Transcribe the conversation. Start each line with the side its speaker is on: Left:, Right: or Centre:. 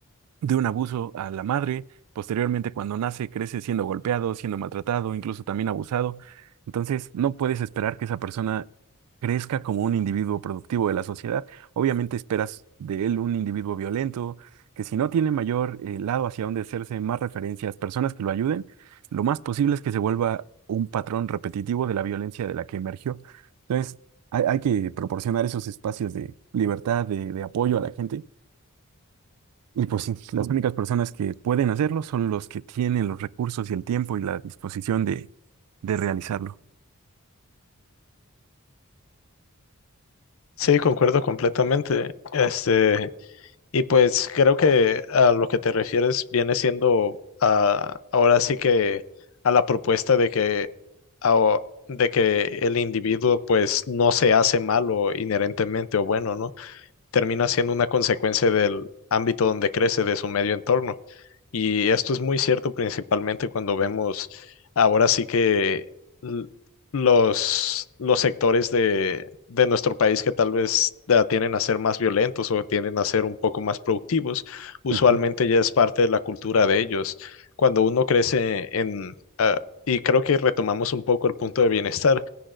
Right: de un abuso a la madre. Posteriormente, cuando nace, crece siendo golpeado, siendo maltratado, incluso también abusado. Entonces, no puedes esperar que esa persona crezca como un individuo productivo de la sociedad. Obviamente esperas de él un individuo violento, que si no tiene mayor eh, lado hacia donde hacerse, más referencias, personas que lo ayuden, lo más posible es que se vuelva un patrón repetitivo de la violencia de la que emergió. Entonces, hay, hay que proporcionar esos espacios de libertad, de de apoyo a la gente y pues sí, las únicas personas que pueden hacerlo son los que tienen los recursos y el tiempo y la disposición de, de realizarlo.
Left: Sí, concuerdo completamente. Este, y pues creo que a lo que te refieres viene siendo ah, ahora sí que a la propuesta de que ao- de que el individuo pues no se hace malo inherentemente o bueno, ¿no? termina siendo una consecuencia del ámbito donde crece, de su medio entorno. Y esto es muy cierto principalmente cuando vemos ahora sí que l- los, los sectores de, de nuestro país que tal vez ah, tienden a ser más violentos o tienden a ser un poco más productivos, usualmente
Right: Ujú.
Left: ya es parte de la cultura de ellos. Cuando uno crece en... ah, y creo que retomamos un poco el punto de bienestar